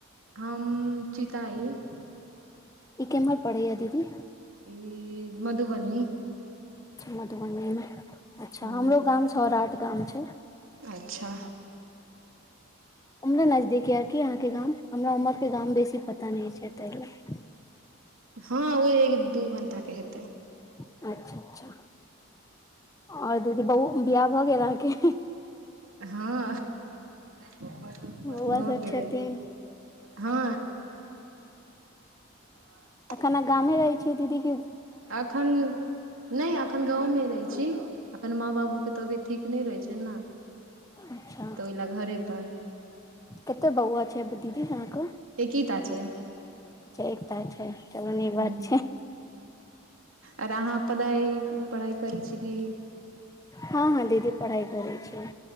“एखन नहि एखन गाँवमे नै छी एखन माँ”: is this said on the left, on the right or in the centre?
Right